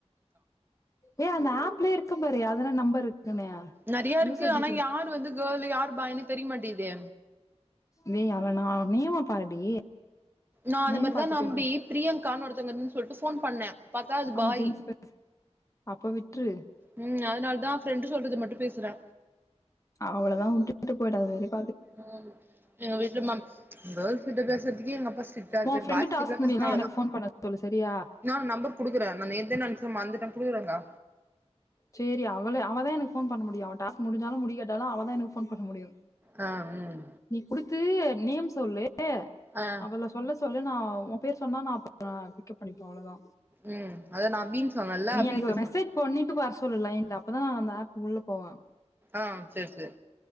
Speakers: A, on the left; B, on the right.
A: ஏ அந்த ஆப்ளே இருக்கும் பாரு அதல்ல நம்பர் இருக்குன்னு
B: நெறைய இருக்கு
A: யூசர் டீடைல்
B: ஆனா யார் வந்து கேலு யாரு பாயின்னு தெரிய மாட்டேது
A: நே அல நா நேம பாருடி
B: நா அது
A: நேம்
B: மாரிதா
A: பார்த்து
B: நம்பி
A: பேசு
B: பிரியங்கான் ஒருத்தங்கன் சொல்ட்டு ஃபோன் பண்ணே பாத்தா அது
A: அவங்க
B: பாய்
A: ஜென்ஸ் பேச அப்பவிட் ட்டுரு
B: ம் அதனாலதா ஃப்ரெண்டு் சொல்றது மட்டு பேசுறே
A: அவ்ளதா உட்டுட்டு போயிடா அது வரைக்
B: ம் எங்க வீட்ல மேம் கேள்ஸ் கிட்ட பேசுறதுக்கே எங்க அப்பா ஸ்டிக்ட்டா இருக்குரு
A: உன் ஃப்ரெண்டு
B: பாய்ஸ்
A: டாஸ்க்
B: கிட்டலா பேசனா
A: முடியலாம்
B: அவ்ளதா
A: எனக்கு ஃபோன் பண்ண சொல்லு சரியா
B: நா நம்பர் குடுக்குறே நா நேத்தே நெனச்சே மறந்துட்டே புரியலங்கா
A: சரி அவள அவதா எனக்கு ஃபோன் பண்ண முடியு அவ டாஸ்க் முடிஞ்ஞாலும் முடியாடாலு அவதா எனக்கு ஃபோன் பண்ண முடியு
B: ஆ ம்
A: நீ குடுத்து நேம் சொல்லு ஏ
B: ஆ
A: அவள சொல்ல சொல்லு நா உ பேர் சொன்னா நா பிக்கப் பண்ணிப்பே அவ்ளோதா
B: உ அத நா அபினு சொன்னேன்ல்ல
A: நீ
B: அபிகட்டசொல்றே
A: எனக்கு மெசேஜ் பண்ணிட்டு வர சொல்லு லைன்ல அப்பதா அந்த ஆப் உள்ள போவே
B: ஆ செரி செரி